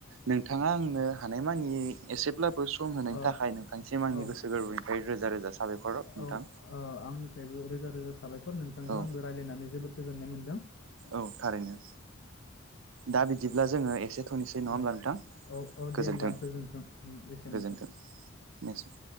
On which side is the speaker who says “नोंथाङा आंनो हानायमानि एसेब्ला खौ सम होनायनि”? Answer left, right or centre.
Right